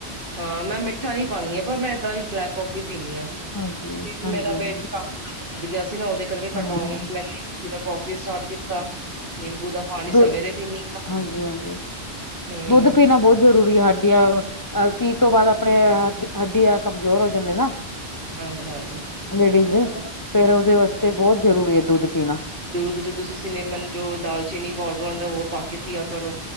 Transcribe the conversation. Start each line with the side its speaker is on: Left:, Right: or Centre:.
Right: ਹਾਂ ਮੈਂ ਮਿੱਠਾ ਨੀ ਪਾਉਂਣੀ ਹਾਂ, ਪਰ ਮੈਂ ਏਦਾਂ ਹੀ ਬਲੈਕ ਕੌਫੀ ਪੀਨੀ ਆ। ਕਿਉਂਕਿ
Left: ਹਾਂਜੀ, ਹਾਂਜੀ,
Right: ਮੇਰਾ
Left: ਹਾਂਜੀ
Right: ਵੇਟ ਕਾਫੀ ਵੱਧ ਗਿਆ ਸੀ ਨਾ, ਉਹਦੇ ਕਰਕੇ
Left: ਹਾਂ
Right: ਕਟਾਉਣ ਲਈ ਮ ਜੀਰਾ ਕੋਫੀ ਸਟਾਰਟ ਕੀਤਾ, ਨਿੰਬੂ ਦਾ ਪਾਣੀ
Left: ਦੋ
Right: ਸਵੇਰੇ ਪੀਂਣੀ ਆ।
Left: ਹਾਂਜੀ, ਹਾਂਜੀ
Right: ਹੂੰ
Left: ਦੁੱਧ ਪੀਣਾ ਬਹੁਤ ਜ਼ਰੂਰੀ ਹੈ ਹਾਡ ਹੱਡੀਆਂ ਅਹ ਤੀਹ ਤੋਂ ਬਾਅਦ ਆਪਣੇ ਹੱ ਹੱਡੀ ਆ ਕਮਜ਼ੋਰ ਹੋ ਜਾਂਦੇ ਨਾ।
Right: ਹਾਂਜੀ-ਹਾਂਜੀ
Left: ਲੇਡੀਜ਼ ਦੇ, ਫੇਰ ਉਹਦੇ ਵਾਸਤੇ ਬਹੁਤ ਜਰੂਰੀ ਹੈ ਦੁੱਧ। ਪੀਣਾ
Right: ਦੁਧ ਚ ਤੁਸੀਂ ਸਿਨੇਮਨ, ਜੋ ਦਾਲਚੀਨੀ ਪਾਊਡਰ ਆਉਂਦਾ ਉਹ ਪਾ ਕੇ ਪੀਆ ਕਰੋ।